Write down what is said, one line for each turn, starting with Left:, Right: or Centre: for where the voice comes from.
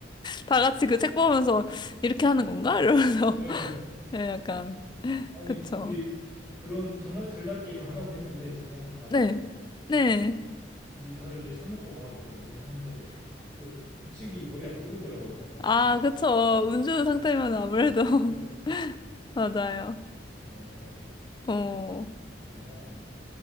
Left: 다 같이 그 책 보면서 이렇게 하는 건가? 이러면서.
Centre: 예.
Left: <laughs> 네, 약간.
Centre: 아니,
Left: 그쵸.
Centre: 그게 그런 전략, 전략 게임을 하라고 했는데, 전에 한번 가가지고,
Left: 네. 네.
Centre: 이제 다들 이제 술 먹고 가가지고 이제 하는데, 그 규칙이 머리 안 들어오더라고요, 다들. <laughs>
Left: 아, 그쵸. 음주 상태면 아무래도
Centre: 네.
Left: <laughs> 맞아요.
Centre: 어,
Left: 어,
Centre: 그거랑